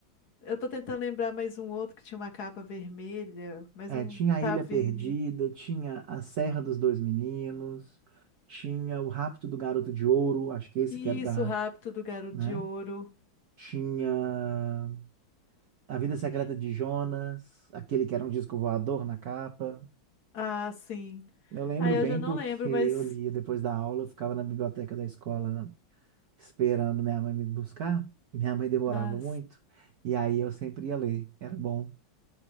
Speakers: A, on the left (about 55°); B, on the right (about 60°).
A: Eu tô tentando lembrar mais um outro que tinha uma capa vermelha, mas
B: É,
A: não
B: tinha a
A: tá
B: Ilha
A: vindo.
B: Perdida, tinha a Serra dos Dois Meninos, tinha o Rapto do Garoto de Ouro, acho que esse
A: Isso,
B: que era da,
A: o rapto do Garoto
B: né?
A: de Ouro.
B: Tinha A Vida Secreta de Jonas, aquele que era um disco voador na capa.
A: Ah, sim.
B: Eu lembro
A: Ah, eu
B: bem
A: já não
B: porque
A: lembro,
B: eu
A: mas
B: lia depois da aula, eu ficava na biblioteca da escola esperando minha mãe me buscar, e minha mãe demorava
A: ah,
B: muito, e aí eu sempre ia ler, era bom.